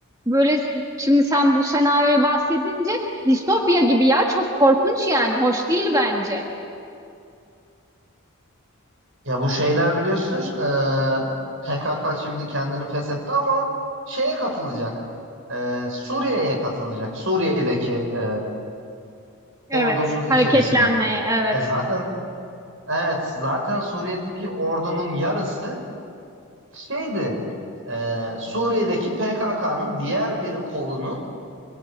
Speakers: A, on the right; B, on the right.
A: Böyle şimdi sen bu senaryoyu bahsedince distopya gibi ya çok korkunç yani hoş değil bence.
B: Ya bu şeyler biliyorsunuz e, PKK şimdi kendini feshetti ama şeye katılacak. E, Suriye'ye katılacak. Suriye'deki e,
A: Evet.
B: ordunun
A: Hareketlenmeye
B: içerisine.
A: evet.
B: E zaten evet zaten Suriye'deki ordunun yarısı şeydi e, Suriye'deki PKK'nın diğer bir kolunun